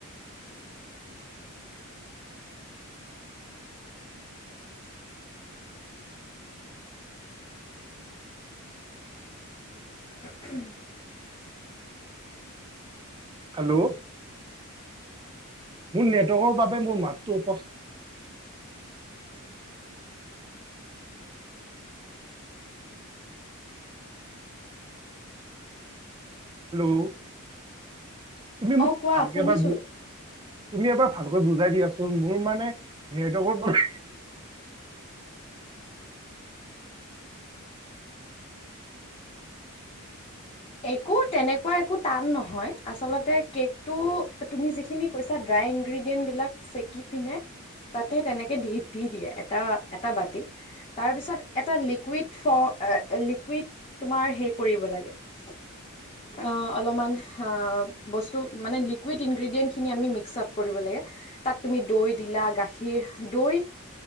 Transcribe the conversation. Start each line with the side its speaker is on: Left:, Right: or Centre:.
Left: উম
Right: হেল্ল' ভোৰ নেটৱৰ্কৰ বাবে মোৰ মাতটো উপছ হেল্ল' তুমি মোক
Left: অ কোৱা
Right: ভালকে
Left: শুনিছো
Right: এবাৰ বু তুমি এবাৰ ভালকৈ বুজাই দিয়াচোন মোৰ মানে নেটৱৰ্কৰ প
Left: একো তেনেকুৱা একো টান নহয় আচলতে কেকটো তুমি যিখিনি, পিছে ড্ৰাই ইনগ্ৰেডিয়েণ্টবিলাক চেকি পিনে, তাতে তেনেকে দি দি দিয়ে এটা এটা বাতিত। তাৰপিছত এটা লিকুইড ফ লিকুইড তোমাৰ হেৰি কৰিব লাগে। <inaudible> অ' অলপমান আ, বস্তু মানে লিকুইড ইনগ্ৰেডিয়েন্টখিনি আমি মিক্স আপ কৰিব লাগে। তাত তুমি দৈ দিলা, গাখীৰ, দৈ